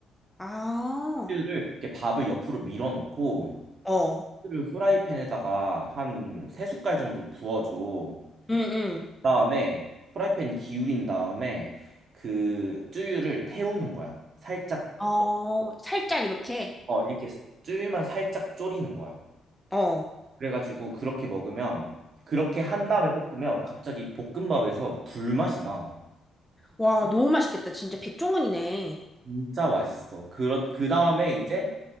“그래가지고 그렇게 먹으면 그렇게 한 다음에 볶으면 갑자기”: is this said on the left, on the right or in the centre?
Right